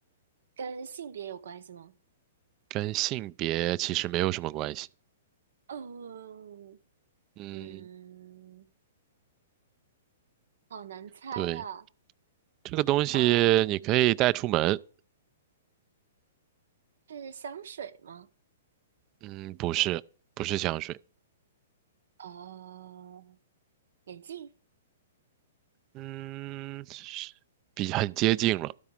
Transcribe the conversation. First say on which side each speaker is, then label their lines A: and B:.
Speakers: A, on the right; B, on the right.
A: 跟性别有关系吗？
B: 跟性别其实没有什么关系。
A: 嗯
B: 嗯，
A: 嗯，好难猜啊。
B: 对，这个东西你可以带出门。
A: 呃，是香水吗？
B: 嗯，不是，不是香水。
A: 呃，眼镜，
B: 嗯，是比很接近了。